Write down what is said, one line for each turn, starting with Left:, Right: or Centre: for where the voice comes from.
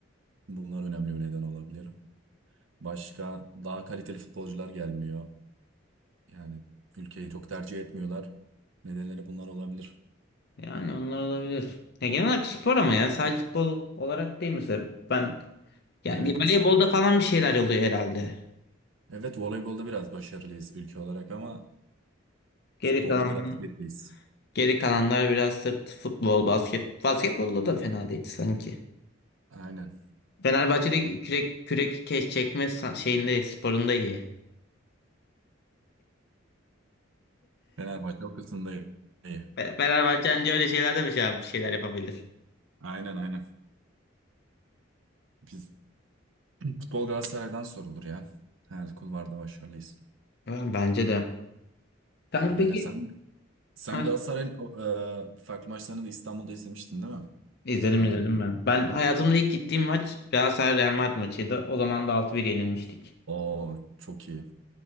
Right: Bunlar önemli bir neden olabilir. Başka daha kaliteli futbolcular gelmiyor. Yani ülkeyi çok tercih etmiyorlar. Nedenleri bunlar olabilir.
Left: Yani onlar olabilir. Ya genel olarak spor ama ya sadece futbol olarak değil mesela. Ben yani
Right: Evet.
Left: bir voleybolda falan bir şeyler oluyor herhalde.
Right: Evet voleybolda biraz başarılıyız ülke olarak ama
Left: Geri
Right: futbolda
Left: kalan
Right: biraz gerideyiz.
Left: geri kalanlar biraz da futbol, basket. Basketbolda da fena değil sanki.
Right: Aynen.
Left: Fenerbahçe'de kürek kürek keş çekme san- şeyinde sporunda iyi.
Right: Fenerbahçe o kısımda iyi.
Left: Fe- Fenerbahçe anca öyle şeylerde bir şey bir şeyler yapabilir.
Right: Aynen aynen. Biz futbol Galatasaray'dan sorulur ya. Her kulvarda başarılıyız.
Left: Yani bence de. Kanka
Right: Öyle.
Left: peki
Right: Sen sen
Left: Heh,
Right: Galatasaray'ın e, farklı maçlarını da İstanbul'da izlemiştin değil mi?
Left: izledim
Right: Avrupa.
Left: izledim ben. Ben hayatımda ilk gittiğim maç Galatasaray Real Madrid maçıydı. O zaman da altı bir yenilmiştik.
Right: Oo çok iyi.